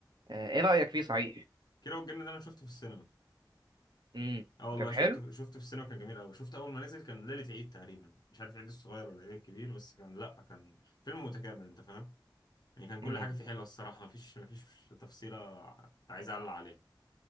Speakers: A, on the right; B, on the left.
A: آه ايه رايك فيه صحيح
B: كيرة والجن ده انا شفته في السينما
A: امم
B: اه والله
A: كان
B: شفته
A: حلو
B: شفته في السينما كان جميل قوي شفته اول ما نزل كان ليله عيد تقريبا مش عارف العيد الصغير ولا العيد الكبير بس كان لا كان فيلم متكامل انت فاهم يعني كان كل
A: امم
B: حاجه فيه حلوه الصراحه مفيش مفيش تفصيله كنت عايز اعلق عليها